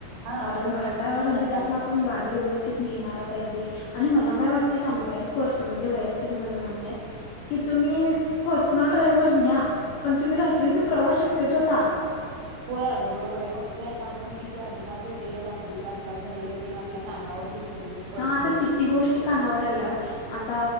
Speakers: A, on the right; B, on the left.
A: हा
B: कारण
A: बरोबर
B: घाटा
A: आहे बघ आता
B: बिटात ना आपण गाडी व्यवस्थित नेहणार. पाहिजेआणि मला काय वाटत स पर् म्हणजे वैयक्तिक माझं मत आहे. की तुम्ही पर्सनल ड्रायव्हर न्या पण तुम्ही रात्रीच प्रवास शक्यतो टाळा.
A: होय अ गं बरोबर आहे बघतोय आता आपण किती अपघात होते रात्रीचा अपघात झालेला ते आपल्या कानावर दिवसेंदिवस पडतोय
B: हा आता किती गोष्टी कानावर आल्यात. आता